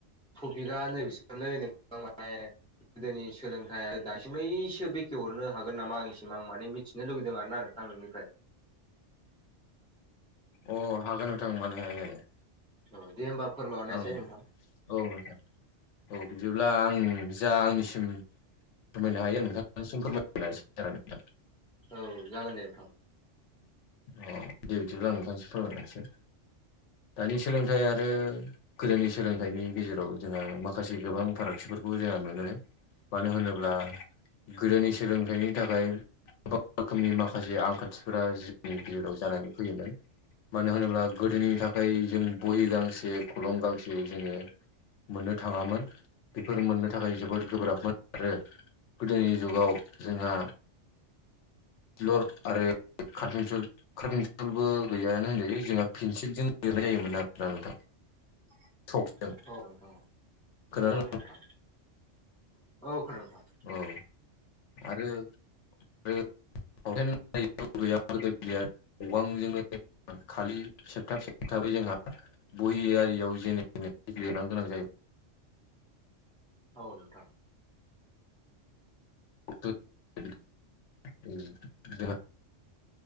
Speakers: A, in the centre; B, on the left.
A: टपिकआ नैबेसो मोनलै नोंथां माने गोदोनि सोलोंथाइया दासिमैसो बेखेहरनो हागोन नामा आंनिसिम आं माने मिथिनो लुबैदों आरोना नों थां नोंनिफ्राय
B: अ हागोन नोंथां मानो हाया जानो
A: औ दे होमबा फोरमायहरनायसै
B: आं
A: नोंथां
B: औ नोंथां औ बिदिब्ला आं जा आंनिसिम फोरमायनो हायो आं नोंथांसिम फोरमायनो नाजासै आरो नोंथां
A: औ जागोन दे नोंथां
B: अ दे बिदिब्ला आं नोंथांनिसिम फोरमायलांसै दानि सोलोंथाइ आरो गोदोनि सोलोंथाइनि गेजेराव जोंहा माखासे गोबां फारागथिफोरखौ जोंहा नुनो मानो होनोब्ला गोदोनि सोलोंथाइनि थाखाय गोबां रोखोमनि माखासे आंखाल खथिफुरा जोंनि गेजेराव जानानै फैयोमोन मानो होनोब्ला गोदोनि थाखाय जों बहि गांसे खलम गांसे जोङो मोननो थाङामोन बेफोर मोननो थाखाय जोबोद गोब्राबमोन आरो गोदोनि जुगाव जोंहा लर आरो कारफिसुल काफेसिलबो गैयानो होनजायो जोंहा पेन्सिलजों लिरनाय जायोमोन आरोना नोंथां
A: <inaudible>
B: सकजों
A: औ नोंथां औ
B: खोनादों
A: औ नोंथां औ खोनादों नोंथां
B: औ आरो <unintelligible> जोंहा गोदोनिया दंफांजोंनो खालि सेबथाब सेबथाबै जोंहा बहियारियाव जेने लिरनां गोनां जायो
A: औ नोंथां
B: <unintelligible>